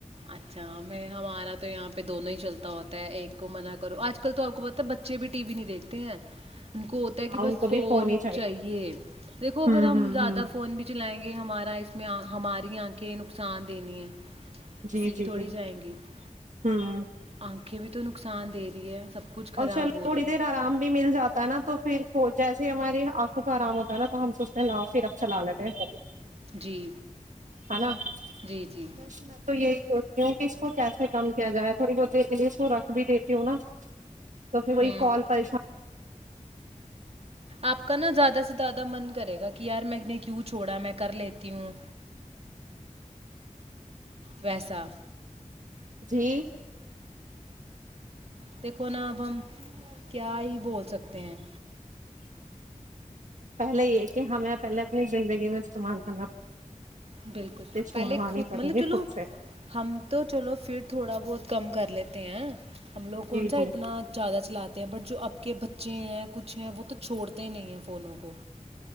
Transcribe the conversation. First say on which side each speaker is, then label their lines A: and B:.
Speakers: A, on the right; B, on the right.
A: اچھا میں ہمارا تو یہاں پہ دونوں ہی چلتا ہوتا ہے ایک کو منع کرو آج کل تو آپ کو پت ہے بچے بھی ٹی وی نہیں دیکھتے ہیں ان کو ہوتا ہے
B: ہاں
A: کہ
B: ان
A: بس
B: کو
A: فون
B: بھی ہی
A: چاہیے دیکھو
B: ہوں
A: اگر ہم
B: ہوں
A: زیادہ
B: ہوں
A: فون بھی چلائیں گے ہمارا اس ہماری آنکھیں نقصان دینی ہیں
B: جی
A: کسی
B: جی
A: کی تھوڑی
B: جی
A: جائیں گیک
B: ہوں
A: پکھے بھی تو نقصان دے رہی ہے سب کچھ خراب
B: اور چلو
A: ہو
B: تھوڑی
A: رہا
B: دیر
A: ہے
B: آرام بھی مل جاتا ہے نا تو پھر تو جیسے ہماری آنکھوں کا آرام ہوتا ہے نا تو ہم سوچتے پھر اب چلا لیتے ہیں فون
A: جی
B: ہے نا
A: جی جی
B: بس میں تو یہی سوچتی ہوں کہ کیسے کم کیا جائے تھوڑی بہت دیر کے لیے اس کو رکھ بھی دیتی ہوں نا تو پھر وہی
A: ہوں
B: کال پریشان
A: آپ کا نا زیادہ سے زیادہ من کرے گا کہ یار میں نے کیوں چھوڑا میں کر لیتی ہوں ویسا
B: جی
A: دیکھو نا اب ہم کیا ہی بول سکتے ہیں
B: پہلے یہ کہ ہمیں پہلے اپنی زندگی میں استعمال کرنا
A: بالکل
B: چھوڑوانی
A: پہلے خود
B: پڑیں
A: مطلب
B: گی
A: چلو
B: خود سے
A: ہم تو چلو پھر تھوڑا بہت کم کر لیتے ہیں ہم لوگ کون
B: جی
A: سا
B: جی
A: اتنا زیادہ چلاتے ہیں بٹ جو اب کے بچے بچے ہیں کچھ ہیں وہ تو چھوڑتے ہی نہیں ہیں فونوں کو